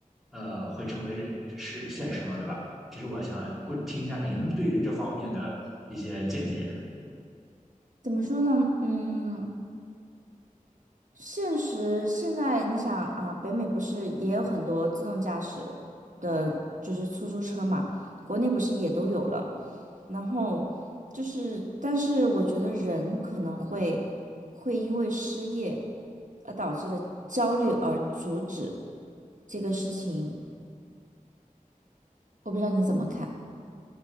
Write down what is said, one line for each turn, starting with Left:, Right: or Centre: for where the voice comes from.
Centre: 呃，会成为是现实嘛，对吧？其实我想过听一下您对于这方面的一些见解。
Right: 怎么说呢？嗯，现实现在你想啊，北美不是也有很多自动驾驶的，就是出租车嘛，国内不是也都有了。然后就是，但是我觉得人可能会会因为失业而导致的焦虑而阻止这个事情，我不知道你怎么看。